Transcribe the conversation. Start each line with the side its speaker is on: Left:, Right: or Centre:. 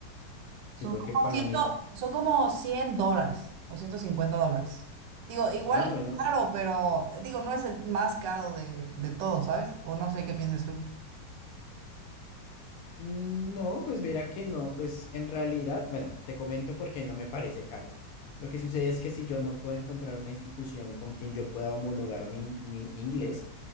Left: Sí,
Right: Son
Left: porque
Right: como
Left: para
Right: 100,
Left: mí
Right: son como 100 dólares o 150 dólares. Digo, igual
Left: Ah,
Right: es
Left: bueno.
Right: caro, pero digo, no es el más caro de, de todo ¿sabes? O no sé qué piensas tú.
Left: Mm, No, pues mira que no, pues en realidad, bueno, te comento porque no me parece caro. Lo que sucede es que si yo no puedo encontrar una institución con quien yo pueda homologar mi, mi inglés,